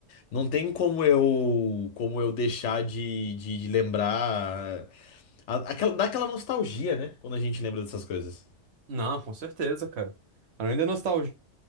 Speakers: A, on the left; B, on the right.
A: não tem como eu, como eu deixar de, de, de lembrar. a- aquela- dá aquela nostalgia, né? Quando a gente lembra dessas coisas.
B: Não, com certeza, cara. Além da nostalgia